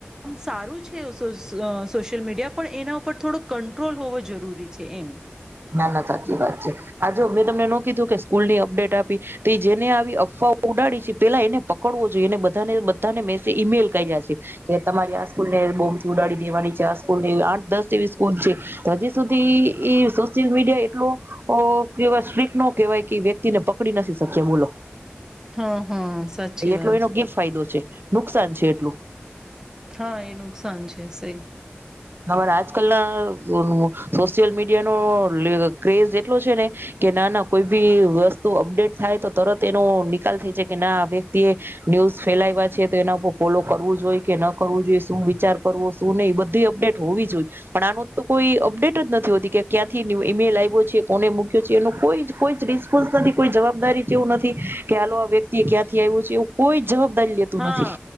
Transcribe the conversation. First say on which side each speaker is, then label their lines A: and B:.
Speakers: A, on the right; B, on the right.
A: સારું છે, આમ સોય સોશિલ મીડિયા પણ એના ઉપર થોડો કંટ્રોલ હોવો જરૂરી છે એમ.
B: ના ના સાચી વાત છે. હા જો મેં તમને નો કીધું કે સ્કૂલ ની અપડેટ આપી તો જેને આવી અફવાઓ ઉડાડી છે પેલા એને પકડવો જોઈએ એને બધાને બધાને મેસ ઈમેલ કર્યા છે કે તમારી આ સ્કૂલ ને બોમ્ થી ઉડાડી દેવાની છે. આ સ્કૂલ ને આઠ દસ જેવી સ્કૂલ છે હજી સુધી ઈ ઈ સો યલ મીડિયા એટલુ અ સ્ટ્રીક્ટ ન કેવાય કે એ વ્યક્તિને પકડી નથી શક્યા બોલો
A: હા હા સાચી
B: એટલો
A: વાત.
B: એનો ગેરફાયદો છે નુકસાન છે એટલું.
A: હા એ નુકસાન છે સહી.
B: હમણા આજકાલ ના અ સોશિયલ મીડિયાનો લે ક્રેઝ એટલો છે ને કે નાના કોઈ ભી વસ્તુ અપડેટ થાય તો તરત એનો નિકાલ થાય છે કે ના આ વ્યક્તિ એ ન્યૂઝ ફેલાવ્યા છે તો એના ઉપ ફોલો કરવું જોઈએ કે ન કરવું જોઈએ શું વિચાર કરવો શું નહી બધી અપડેટ હોવી જોઈએ પણ આનો તો કોઈ અપડેટ જ નથી હોતી કે ક્યાંથી ઈમેલ આવ્યો છે કોને મૂક્યો છે એ કોઈ કોઈ જ રિસ્પોન્સ નથી કોઈ જવાબદારી જેવું નથી કે હાલો આ વ્યક્તિ ક્યાંથી આવ્યું છે એવું કોઈ જવાબદારી લેતું
A: હા
B: નથી.